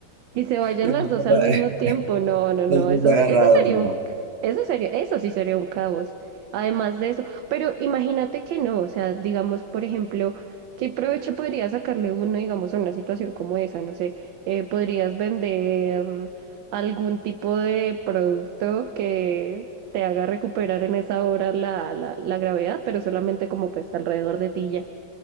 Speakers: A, on the right; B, on the right.
A: Y se vayan
B: <laughs> los
A: las
B: dos
A: dos al mismo tiempo. No, no, no.
B: los dos
A: Eso, se-
B: agarrados,
A: eso sería
B: no.
A: un, eso sería, eso sí sería un caos. Además de eso. Pero imagínate que no. O sea, digamos, por ejemplo, ¿qué provecho podría sacarle uno, digamos, a una situación como esa? No sé, eh, podrías vender algún tipo de producto que te haga recuperar en esa hora la, la, la gravedad, pero solamente como pues alrededor de ti ya,